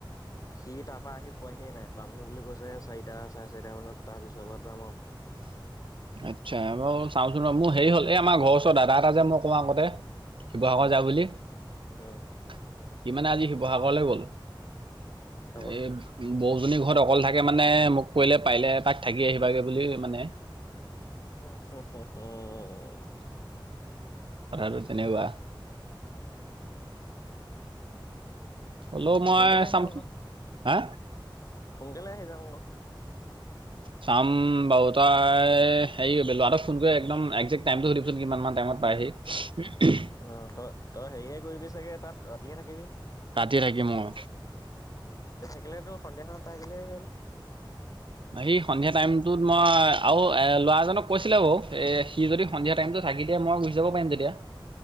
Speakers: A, on the left (about 40°); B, on the right (about 75°).
A: সি তাৰপৰা আহি পোৱাহিয়ে নাই পামহি বুলি কৈছে চাৰিটা চাৰে চাৰিটা মানত, তাৰ পিছৰ পৰা যাম আৰু।
B: আচ্ছা বাৰু চাওঁচোন ৰ, মোৰ হেৰি হ'ল এই আমাৰ ঘৰওচৰ দাদা এটা যে, মই কও আগতে শিৱসাগৰ
A: উম
B: যায় বুলি,
A: উম
B: সি মানে আজি শিৱসাগৰলৈ গল।
A: <inaudible>
B: এই বৌ জনী ঘৰত অকলে থাকে মানে, মোক কলে পাৰিলে এপাক থাকি আহিবাগে বুলি। মানে
A: হহ- হহ- হ
B: কথাটো তেনেকুৱা। হ'লেও মই
A: সোনকালে আহিম
B: চাম,
A: আকৌ
B: হা
A: সোনকালে আহি যাম আকৌ।
B: চাম বাৰু। হেৰি কৰিবা, ল'ৰাটোক ফোন কৰি একদম এক্জেক্ট টাইমটো সুধিবচোন কিমান মান টাইমত পায়হি। উ <unintelligible>
A: অ', তই, তই হেৰিহে কৰিবি চাগৈ তাত ৰাতিহে থাকিবি।
B: ৰাতি থাকিম অ'।
A: একেলগেটো সন্ধিয়া সময়ত পাই গ'লেই হ'ল।
B: সি সন্ধিয়া টাইমতটোত মই আৰু ল'ৰাজনক কৈছিলে বাৰু, এহ সি যদি সন্ধিয়া টাইমতোট থাকি দিয়ে মই গুচি যাব পাৰিম তেতিয়া।